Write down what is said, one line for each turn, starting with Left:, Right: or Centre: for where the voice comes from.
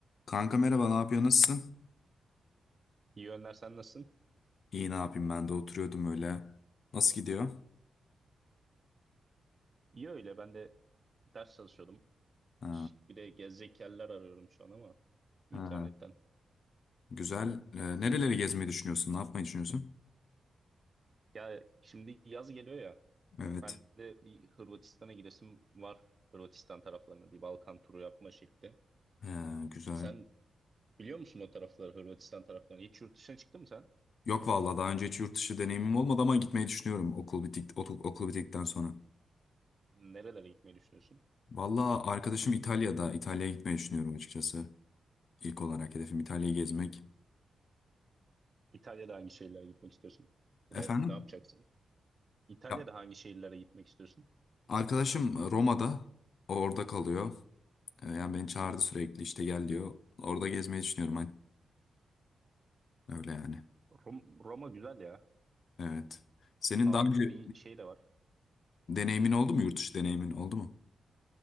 Left: Kanka merhaba, ne yapıyor, nasılsın?
Right: İyi Önder sen nasılsın?
Left: İyi ne yapayım ben de oturuyordum öyle. Nasıl gidiyor?
Right: İyi öyle ben de ders çalışıyordum.
Left: Ha,
Right: Şık Bir de gezecek yerler arıyorum şu an ama internetten.
Left: ha, güzel. Ee, nereleri gezmeyi düşünüyorsun? Ne yapmayı düşünüyorsun?
Right: Ya şimdi yaz geliyor ya
Left: Evet.
Right: ben de bir Hırvatistan'a gidesim var. Hırvatistan taraflarına bir Balkan turu yapma şekli.
Left: Ee, güzel.
Right: Sen biliyor musun o tarafları Hırvatistan taraflarını? Hiç yurt dışına çıktın mı sen?
Left: Yok vallahi daha önce hiç yurt dışı deneyimim olmadı ama gitmeyi düşünüyorum okul bitik otu- okul bittikten sonra.
Right: Nerelere gitmeyi düşünüyorsun?
Left: Vallahi arkadaşım İtalya'da. İtalya'ya gitmeyi düşünüyorum açıkçası. İlk olarak hedefim İtalya'yı gezmek.
Right: İtalya'da hangi şehirlere gitmek istiyorsun? Bir
Left: Efendim?
Right: de ne yapacaksın? İtalya'da
Left: Ya,
Right: hangi şehirlere gitmek istiyorsun?
Left: arkadaşım Roma'da orada kalıyor. Ee, Yani beni çağırdı sürekli işte gel diyor. Orada gezmeyi düşünüyorum hani. Öyle yani.
Right: Rom- Roma güzel ya.
Left: Evet. Senin
Right: Tarihi
Left: daha önce
Right: şey de var.
Left: deneyimin oldu mu? Yurt dışı deneyimin oldu mu?